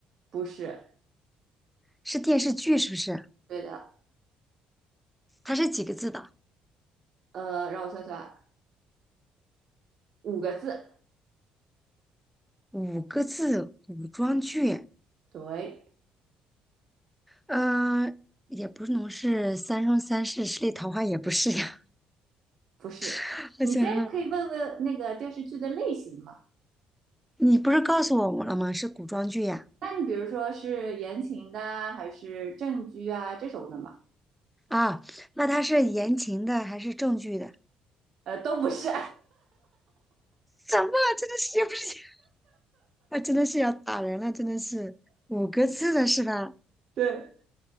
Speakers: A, on the right (about 55°); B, in the centre.
A: 不是，
B: 是电视剧是不是？
A: 对的，
B: 它是几个字的？
A: 呃，让我算算，五个字，
B: 五个字，古装剧。
A: 对，
B: 呃，也不能是三生三世十里桃花，也不是呀。
A: 不是，
B: <laughs> 我想啊，
A: 你先可以问问那个电视剧的类型吗？
B: 你不是告诉我们了吗？是古装剧呀。
A: 那你比如说是言情的啊还是正剧啊这种的嘛？
B: 啊，那它是言情的还是正剧的？
A: 呃，都不是，
B: 什么？真的是也不是，<laughs> 啊，真的是要打人了，真的是五个字的是吧？
A: <laughs> 对，